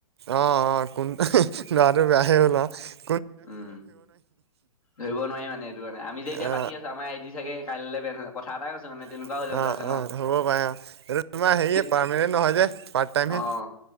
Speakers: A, on the right; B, on the left.
A: অ', অ', <inaudible> লৰাটো বেয়া। <unintelligible>
B: উম, ধৰিব নোৱাৰি মানে এইটো কাৰানে আমি যে এতিয়া
A: অ
B: পাতি আছো আমাৰ আইদি চাগে কাইলৈ বেন হৈ কথা এটা মানে তেনেকুৱা
A: অ',
B: হৈ যাবলৈ
A: অ',
B: আছে ন
A: হ'ব পাৰে অ', তোমাৰ হেৰিয়ে
B: তে
A: পাৰমানেণ্ট নহয় যে পাৰ্ট টাইমহে
B: অ',